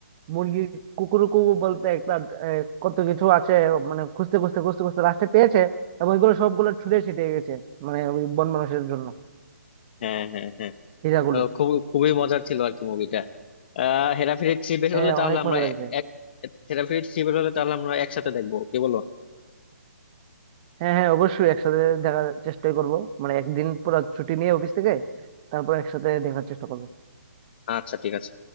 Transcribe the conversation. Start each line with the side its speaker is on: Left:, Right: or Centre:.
Right: মুরগি কুকুরকু বলতে একটা আহ, কত কিছু আছে মানে খুঁজতে খুঁজতে খুঁজতে খুঁজতে লাস্টে পেয়েছে এবং ওইগুলো সবগুলো ছুটে ছিটে গেছে মানে ওই বন মানুষের জন্য
Left: হ্যাঁ হ্যাঁ হ্যাঁ
Right: হীরাগুলো
Left: আহ খুব খুবই মজার ছিল আর কি মুভিটা আহ হেরাফেরি থ্রি বের
Right: হ্যাঁ
Left: হলে তাহলে
Right: অনেক
Left: আমরা
Right: মজা লাগছে
Left: এক হেরাফেরি থ্রি বের হলে তাহলে আমরা একসাথে দেখবো কি বলো
Right: হ্যাঁ হ্যাঁ অবশ্যই একসাথে দেখার চেষ্টাই করব মানে একদিন পুরো ছুটি নিয়ে অফিস থেকে তারপর একসাথে দেখার চেষ্টা করব
Left: আচ্ছা ঠিক আছে